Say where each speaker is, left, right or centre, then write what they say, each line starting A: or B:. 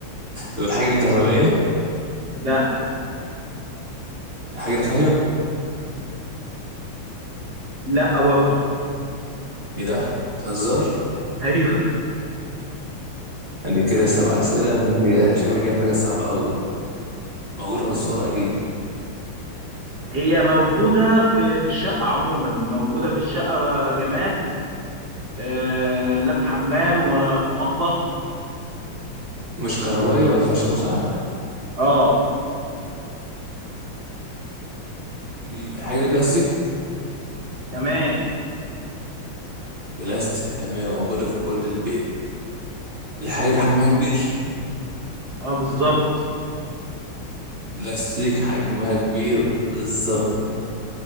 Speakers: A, on the right (about 40°); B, on the right (about 60°).
A: طب الحاجه دي كهربائيه
B: لا
A: الحاجه دي خشب
B: لا برضه
A: ايه ده بتهزر
B: ايوه
A: عندي كده سبع أسئلة انت شكلك جايب حاجة صعبة أوي موجودة في الصالة أكيد
B: <laughs> هي موجودة في في الشقة عموما موجودة في الشقة جماد آه لا في حمام ولا في مطبخ
A: ومش كهربائي ولا خشب صح؟
B: اه
A: مم، الحاجة دي بلاستيك؟
B: تمام
A: بلاستيك تمام موجودة في كل البيت الحاجة دي حجمها كبير؟
B: اه بالظبط
A: بلاستيك حجمها كبير بالظبط